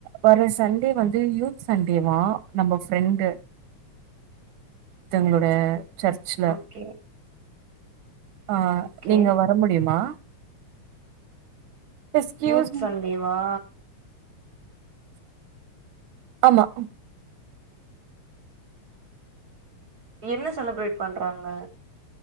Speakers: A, on the right; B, on the right.
A: வர சண்டே வந்து யூத் சண்டேவா நம்ம ஃப்ரெண்டு ஒருத்தங்களோட சர்ச்சுல
B: ஓகே
A: ஆ
B: ஓகே
A: நீங்க வர முடியுமா எக்ஸ்கியூஸ்
B: யூத்
A: மீ
B: சண்டே வா
A: ஆம்மா
B: என்ன செலப்ரேட் பண்றாங்க